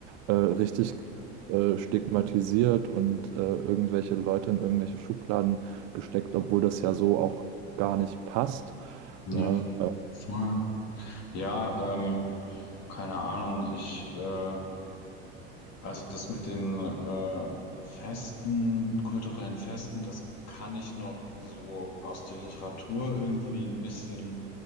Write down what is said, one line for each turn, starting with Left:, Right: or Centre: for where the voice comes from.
Right: äh, richtig äh, stigmatisiert und äh, irgendwelche Leute in irgendwelche Schubladen gesteckt, obwohl das ja so auch gar nicht passt.
Left: Ja,
Right: Ne? Äh,
Left: voll. Ja, ähm, keine Ahnung. Ich, äh, also das mit den äh, Festen, kulturellen Festen, das kann ich noch so aus der Literatur irgendwie ein bisschen